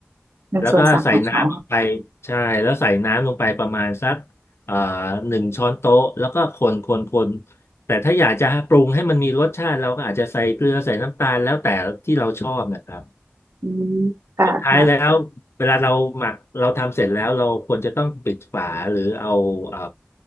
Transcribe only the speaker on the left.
แล้วก็ใส่น้ำลงไปใช่แล้วใส่น้ำลงไปประมาณสักเอ่อหนึ่งช้อนโต๊ะแล้วก็คนคนคน แต่ถ้าอยากจะปรุงให้มันมีรสชาติเราก็อาจจะใส่เกลือใส่น้ำตาลแล้วแต่ที่เราชอบนะครับ
สุดท้ายแล้วเวลาเราหมักเราทำเสร็จแล้วเราควรจะต้องปิดฝาหรือเอาเอ่อ